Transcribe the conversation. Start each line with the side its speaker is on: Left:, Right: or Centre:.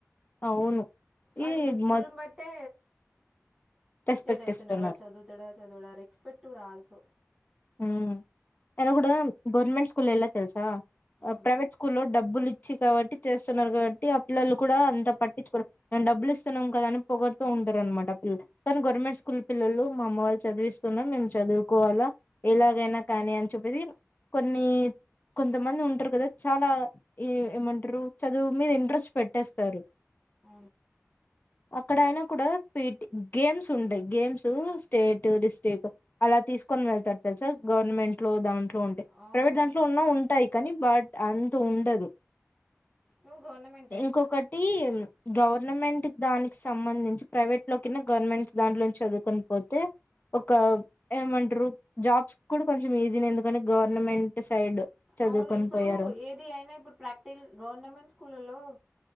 Left: అవును
Centre: వాడికి
Left: ఈ
Centre: స్కూల్ని
Left: మ
Centre: బట్టే
Left: రెస్పెక్ట్
Centre: డిసైడ్ అయితున్నారు
Left: ఇస్తున్నారు.
Centre: వా చదువుతాడా చదువాడా రెస్పెక్ట్ గూడ అల్సొ
Left: హ నను కూడా గవర్నమెంట్ స్కూల్ ఎలా తెలుసా
Centre: ఉమ్
Left: ప్రైవేట్ స్కూల్ లో డబ్బులు ఇచ్చి కాబట్టి చేస్తున్నారు కాబట్టి ఆ పిల్లలు కూడా అంత పట్టించుకో మేము డబ్బులు ఇస్తున్నాం కదా అని పొగడుతూ ఉంటారు అనమాట పిల్లలు కానీ గవర్నమెంట్ స్కూల్ పిల్లలు మా అమ్మ వాళ్ళు చదివిస్తున్న మేము చదువుకోవాలా ఎలాగైనా
Centre: ఉమ్
Left: కానీ అని చెప్పేసి కొన్ని కొంతమంది ఉంటారు కదా చాలా ఏమంటారు చదువు మీద ఇంట్రెస్ట్ పెట్టేస్తారు
Centre: అ
Left: అక్కడయినా కూడా పిటి గేమ్స్ ఉండయి గేమ్స్ స్టేట్ డిస్ట్రిక్ట్ అలా తీసుకుొని వెళ్తారు తెలుసా గవర్నమెంట్ లో దాంట్లో ఉంటాయి
Centre: అవునవును
Left: ప్రైవేట్ దాంట్లో ఉన్న ఉంటాయి కానీ బట్ అంత ఉండదు
Centre: నువు గవర్నమెట్
Left: ఇంకొకటి గవర్నమెంట్ దానికి సంబంధించి ప్రైవేట్ లో కన్నా గవర్నమెంట్ దాంట్లో చదువుకుని పోతే ఒక ఏమంటారు జాబ్స్ కూడా కొంచెం ఈజీ నే ఎందుకంటే గవర్నమెంట్ సైడ్ చదువుకొని
Centre: అవును ఇప్పుడు
Left: పోయారు
Centre: ఏది అయినా ఇప్పుడు ప్రాక్టికల్ గవర్నమెంట్ స్కూల్లలో